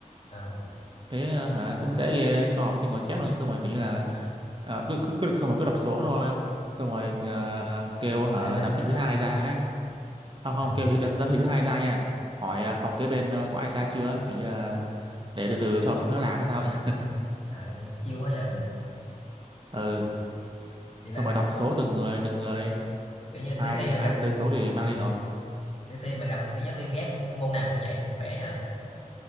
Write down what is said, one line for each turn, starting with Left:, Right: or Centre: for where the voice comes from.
Left: à,
Right: thế à, hả cũng dễ ghê cho học sinh ngồi chép luôn xong rồi kiểu như là à, cứ, cứ cứ xong rồi cứ đọc số thôi xong rồi à, kêu hả
Left: đem lên
Right: giám thị
Left: đem
Right: thứ
Left: lên
Right: hai ra không không
Left: ừ
Right: kêu thị, giám thị thứ hai ra nha hỏi à, phòng kế bên à, có ai ra chưa kiểu như là để từ từ cho
Left: không
Right: học sinh nó làm hay sao ấy <laughs>
Left: à, chiêu quá vậy
Right: ừ
Left: vậy là
Right: xong rồi đọc số
Left: ông
Right: từng người từng người
Left: kiểu như đi
Right: ai
Left: thi mà
Right: ai
Left: gặp ừ,
Right: tới số thì mang
Left: ừ,
Right: lên nộp
Left: đi thi mà gặp cái giáo viên ghét môn nào cũng vậy thì khỏe nhờ